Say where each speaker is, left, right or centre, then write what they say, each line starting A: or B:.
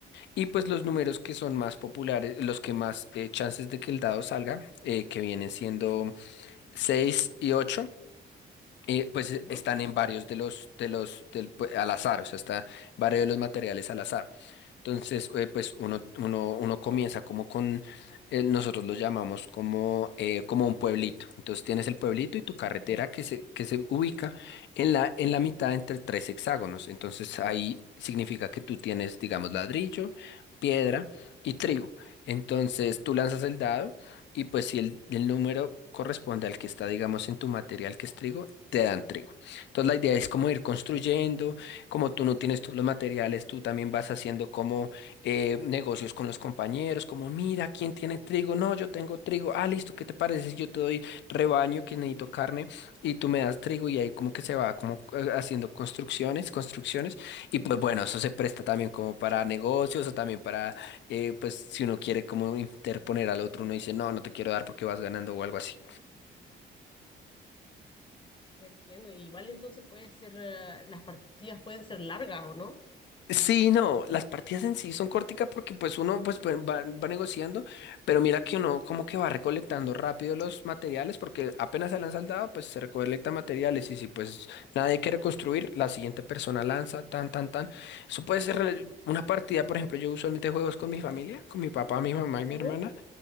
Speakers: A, on the left; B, on the left.
A: y pues los números que son más populares, los que más eh, chances de que el dado salga, eh, que vienen siendo 6 y 8, pues eh, pues,
B: ujú,
A: están en varios de los, de los, del- pu- al azar, o sea, está en varios de los materiales al azar. Entonces, eh, pues uno, uno, uno comienza como con, eh, nosotros lo llamamos como, eh, como un pueblito. Entonces tienes el pueblito y tu carretera
B: ya.
A: que se, que se ubica en la, en la mitad entre tres hexágonos. Entonces ahí significa que tú tienes, digamos, ladrillo, piedra y trigo. Entonces tú lanzas el dado y pues si el, el número corresponde al que está, digamos, en tu material que es trigo, te dan trigo. Entonces la idea es como ir construyendo como tú no tienes todos los materiales, tú también vas haciendo como eh, negocios con los compañeros, como mira, ¿quién tiene trigo? No, yo tengo trigo. Ah, listo, ¿qué te parece si yo te doy rebaño que necesito carne y tú me das trigo y ahí como que se va como eh, haciendo construcciones, construcciones y
B: Mm,
A: pues bueno, eso se presta también como para negocios o también para eh, pues si uno quiere como interponer al otro, uno dice, no, no te quiero dar porque vas ganando o algo así.
B: entiendo, y igual entonces puede ser, eh, las partidas pueden ser largas o no.
A: Sí, no, las partidas en sí son corticas porque pues uno pues pues, va, va negociando, pero mira que uno como que va recolectando rápido los materiales porque apenas se lanza el dado, pues se recolecta materiales y si pues nadie quiere construir, la siguiente persona lanza, tan, tan, tan. Eso puede ser rel- una partida, por ejemplo, yo usualmente juego es con mi familia, con mi papá, mi mamá y mi
B: Ujú.
A: hermana,